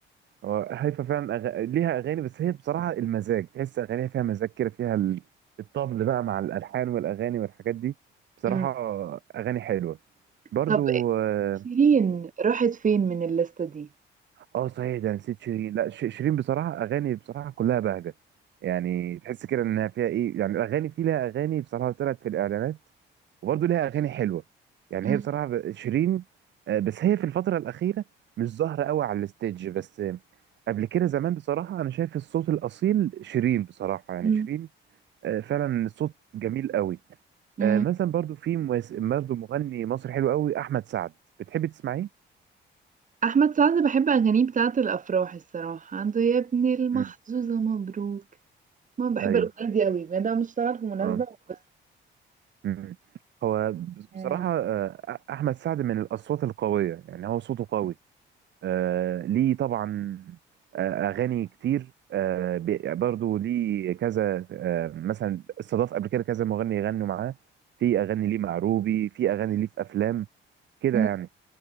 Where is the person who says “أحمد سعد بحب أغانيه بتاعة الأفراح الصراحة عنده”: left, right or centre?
Right